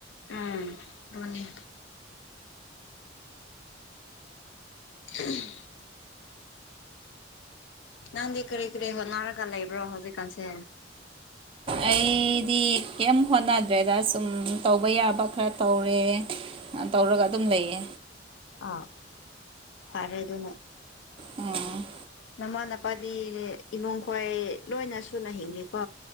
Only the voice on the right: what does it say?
ꯑꯩꯗꯤ ꯀꯩꯝ ꯍꯣꯠꯅꯗ꯭ꯔꯦꯗ ꯁꯨꯝ ꯇꯧꯕ ꯌꯥꯕ ꯈꯔ ꯇꯧꯔꯦ ꯇꯧꯔꯒ ꯑꯗꯨꯝ ꯂꯩꯌꯦ
ꯎꯝ